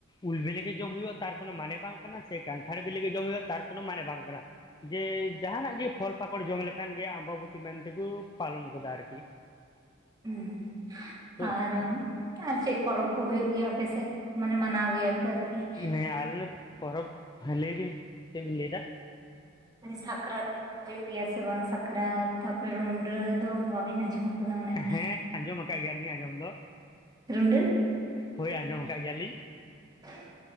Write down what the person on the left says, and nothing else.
ᱩᱞ ᱵᱤᱞᱤ ᱜᱮ ᱡᱚᱢ ᱦᱩᱭᱩᱜᱼᱟ᱾ ᱛᱟᱨ ᱠᱳᱱᱳ ᱢᱟᱱᱮ ᱵᱟᱝ ᱠᱟᱱᱟ ᱥᱮ ᱠᱟᱱᱴᱷᱟᱲ ᱵᱤᱞᱤ ᱜᱮ ᱡᱚᱢ ᱦᱩᱭᱩᱜᱼᱟ ᱛᱟᱨ ᱠᱳᱱᱳ ᱢᱟᱱᱮ ᱵᱟᱝ ᱠᱟᱱᱟ᱾ ᱡᱮ ᱡᱟᱦᱟᱱᱟᱜ ᱜᱮ ᱯᱷᱚᱞ ᱯᱟᱠᱚᱲ ᱡᱚᱢ ᱞᱮᱠᱷᱟᱱ ᱜᱮ ᱟᱢᱵᱟᱵᱚᱛᱤ ᱢᱮᱱᱛᱮ ᱠᱚ ᱯᱟᱞᱚᱱ ᱜᱚᱫᱟ ᱟᱨᱠᱤ᱾
ᱛᱚ
ᱦᱮᱸ ᱟᱞᱮ ᱯᱚᱨᱚᱵᱽ ᱞᱟᱹᱭᱫᱤᱧ ᱪᱮᱫᱵᱤᱱ ᱞᱟᱹᱭᱫᱟ᱾
ᱦᱮᱸ ᱟᱸᱡᱚᱢ ᱟᱠᱟᱫ ᱜᱮᱭᱟᱞᱤᱧ ᱟᱸᱡᱚᱢ ᱫᱚ,
ᱦᱳᱭ ᱟᱸᱡᱚᱢ ᱟᱠᱟᱫ ᱜᱮᱭᱟᱞᱤᱧ᱾